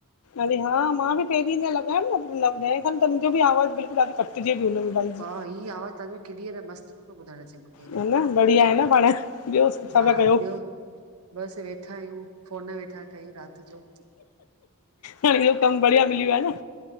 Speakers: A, on the left; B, on the right.
A: अरे हा मां बि पहिरीं ईअं लॻायमि न ॾहें खनि त मुंहिंजो बि आवाज़ु बिल्कुल ॾाढी घटिजे पई हुन में। भाई जी।
B: हा ई आवाज़ तव्हांजो क्लीयर आ मस्त थो ॿुधण अचे मुखे।
A: ह न बढ़िया आहे न पाण। ॿियो छा
B: हा
A: था कयो?
B: ॿियो बसि वेठा आहियूं फोन वेठा कयूं राति जो।
A: हाणे इहो कमु बढ़िया मिली वियो आ न?